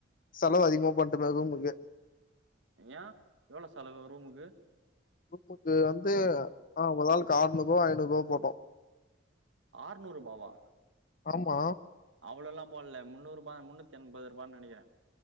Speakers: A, on the left (about 45°); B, on the right (about 85°).
A: செலவு அதிகமா பண்டேமே ரூமுக்கை
B: ஏயா எவ்ளோ செலவு ரூமுக்கு
A: ரூமுக்கு வந்து ஆ ஒரு ஆளுக்கு ஆற்நூறுவா ஐநூறுவா போட்டோ
B: ஆற்நூற்பாவா
A: ஆமா
B: அவ்ளோல்லா போல்ல முன்னூறுபா முன்னூத்தி ஐம்பத்ரூபான்னு நெனைக்கிற